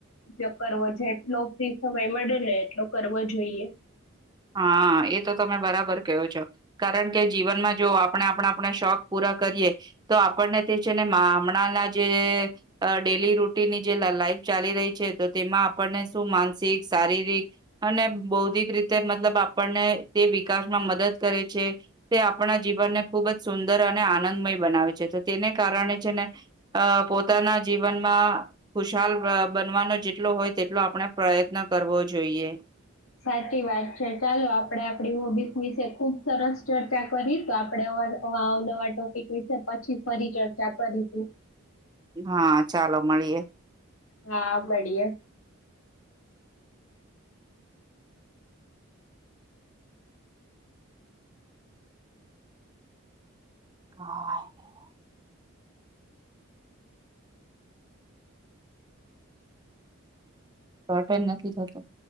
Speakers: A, on the left; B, on the right.
A: ઉપયોગ કરવો જો એટલો ફ્રી સમય મળે ને એટલો કરવો જોઈએ
B: હા એ તો તમે બરાબર કયો છો કારણ કે જીવનમાં જો આપણે આપણા આપણા શોખ પૂરા કરિએ તો આપ છેને હમણાં જે ડે રૂટીનની જે ચાલી રહી છે તો તેમાં આપને શું માનસિક શારીરિક અને બૌદ્ધિક રીતે તે મતલબ આપણને તે વિકાસમાં મદદ કરે છે તે આપણા જીવનને ખુબ જ સુંદર અને આનંદમય બનાવે છે તો તેને કારણે છે ને અ પોતાના જીવનમાં ખુશાલ બનવાનો જેટલો હોય તેટલો આપણે પ્રયત્ન કરવો જોઈએ
A: સાચી વાત છે ચાલો આપડે આપડી હોબિજ વિશે ખુબ સરસ ચર્ચા કરી તો આપડે નવા ટોપિક વિશે પછી ફરી ચર્ચા કરીશું
B: હા ચાલો મળીએે
A: હા બડીએ
B: <inaudible> <inaudible> ટોટલ નથી થતો